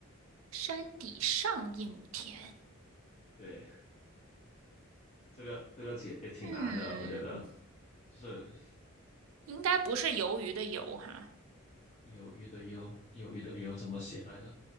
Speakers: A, on the right; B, on the left.
A: 山底上一亩田，
B: 对，这个这个也也挺难的，
A: 嗯，
B: 我觉得就是
A: 应该不是鱿鱼的鱿哈，
B: 鱿鱼的鱿，鱿鱼的鱿怎么写来着？